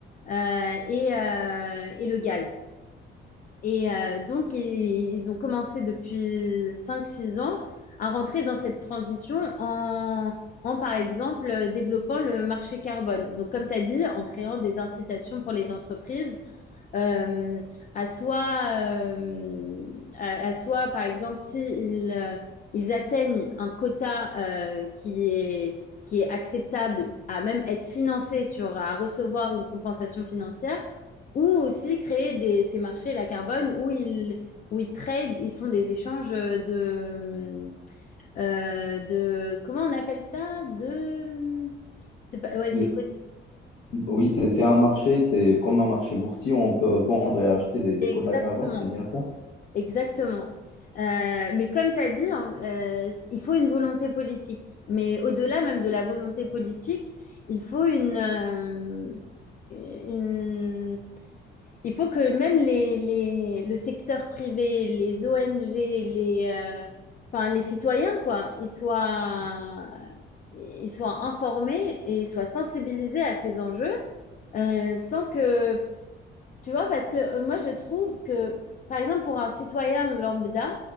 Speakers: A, on the left; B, on the left.
A: euh, et, euh, et le gaz. Et euh, donc, ils, ils ont commencé depuis cinq six ans à rentrer dans cette transition en, en, par exemple, euh, développant le marché carbone. Donc, comme tu as dit, en créant des incitations pour les entreprises euh, à soit, euh, à, à soit, par exemple, s'ils euh, ils atteignent un quota euh, qui est, qui est acceptable à même être financé sur, à recevoir une compensation financière, ou aussi créer des, ces marchés la carbone où ils, où ils trade, ils font des échanges de, euh, de comment on appelle ça? De, c'est pas, ouais, c'est
B: Le-
A: co-
B: Oui, c'est c'est un marché, c'est comme un marché boursier, où on peut vendre et acheter des, des
A: exactement.
B: quotas carbone, c'est bien ça?
A: Exactement. Euh, mais comme tu as dit, hein, euh, il faut une volonté politique. Mais au-delà même de la volonté politique, il faut une, euh, une- Il faut que même les, les- le secteur privé, les ONG, les, euh, enfin, les citoyens, quoi, ils soient, ils soient informés et ils soient sensibilisés à ces enjeux, euh, sans que tu vois, parce que euh, moi, je trouve que, par exemple, pour un citoyen lambda,